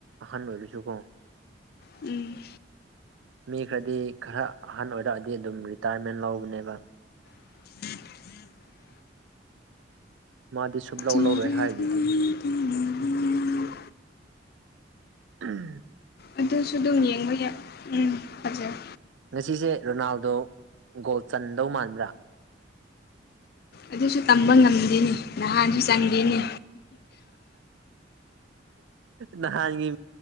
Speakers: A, on the right; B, on the left.
A: ꯑꯍꯟ ꯑꯣꯏꯔꯁꯨꯀꯣ
B: ꯎꯝ
A: ꯃꯤ ꯈꯔꯗꯤ ꯈꯔ ꯑꯍꯟ ꯑꯣꯏꯔꯛꯑꯗꯤ ꯑꯗꯨꯝ ꯔꯤꯇꯥꯌꯔꯃꯦꯟ ꯂꯧꯕꯅꯦꯕ
B: ꯍ ꯍ <inaudible>
A: ꯃꯥꯗꯤ ꯁꯨꯞꯂꯧ
B: ꯇꯔ
A: ꯂꯧꯔꯣꯏ ꯍꯥꯏꯗꯨꯗꯤ
B: ꯇ <unintelligible>
A: ꯎꯝ
B: ꯑꯗꯨꯁꯨ ꯑꯗꯨꯝ ꯌꯦꯡꯕ ꯌꯥꯏ ꯎꯝ ꯐꯖꯩ
A: ꯉꯁꯤꯁꯦ ꯔꯣꯅꯥꯜꯗꯣ ꯒꯣꯜ ꯆꯟꯗꯧ ꯃꯥꯟꯕ꯭ꯔꯥ
B: ꯑꯗꯨꯁꯨ ꯇꯝꯕ ꯉꯝꯃꯤ ꯆꯅꯤ ꯅꯍꯥꯟꯁꯨ ꯆꯪꯒꯦꯅꯤ
A: ꯅꯍꯥꯟꯒꯤ